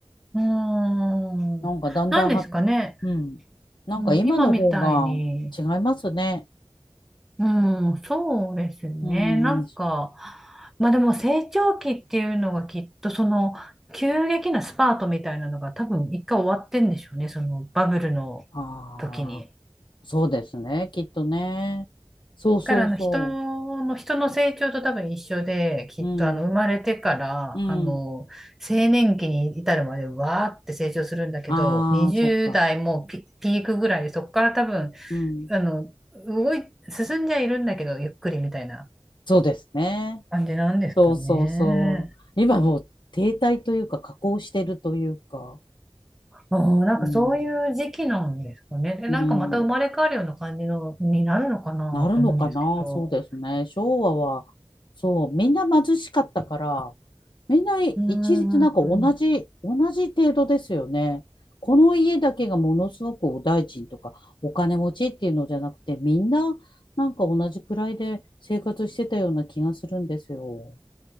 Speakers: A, in the centre; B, on the left (about 55°).
A: うーん。
B: なんかだんだんは、
A: 何ですかね。
B: うん。なんか今の方が違いますね。
A: もう今みたいに。うん、そうですね。
B: うん。
A: なんか、まあでも成長期っていうのがきっとその急激なスパートみたいなのが多分一回終わってんでしょうね。そのバブルの
B: ああ、
A: 時に。
B: そうですね。きっとね。そうそうそ
A: だからあの人の、人の成長と多分一緒で、きっとあの生まれてから、
B: う。うん。うん。
A: あの、青年期に至るまでわーって成長するんだけど、
B: ああ、
A: 20代もピ、
B: そっか。
A: ピークぐらいで、そこから多分
B: うん。
A: あの、動い、進んじゃいるんだけど、ゆっくりみたいな
B: そうですね。
A: 感じなんですかね。
B: そうそうそう。今もう停滞というか、下降してるというか。
A: ああなんかそういう時期なんですかね。
B: うん。
A: で、
B: うん。
A: なんかまた生まれ変わるような感じのになるのかなと思うんですけど。
B: なるのかな、そうですね。昭和は、そう、みんな貧しかったから、みんな一律なんか同じ、
A: うーん。う
B: 同じ程度ですよね。この家だけがものすごくお大臣とかお金持ちっていうのじゃなくて、みんななんか同じくらいで生活してたような気がするんですよ。